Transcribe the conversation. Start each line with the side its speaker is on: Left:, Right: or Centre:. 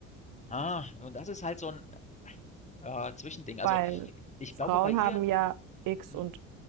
Left: Ah, und das ist halt so ein äh, Zwischending. Also,
Right: Weil
Left: ich
Right: Frauen
Left: glaube bei ihr
Right: haben ja X
Left: hm,
Right: und